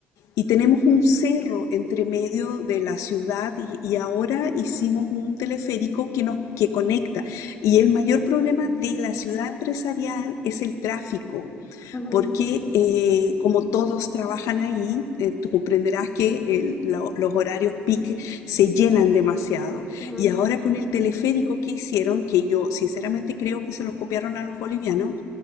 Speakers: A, on the left; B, on the left.
A: Y tenemos un cerro entre medio de la ciudad y, y ahora hicimos un teleférico que nos
B: Ujú,
A: que conecta. Y el mayor problema de la ciudad empresarial es el tráfico,
B: ujú,
A: porque eh, como todos trabajan ahí, eh, tú comprenderás que el- lo- los horarios peak se llenan demasiado.
B: ujú,
A: Y ahora con el teleférico que hicieron, que yo sinceramente creo que se los copiaron a los bolivianos,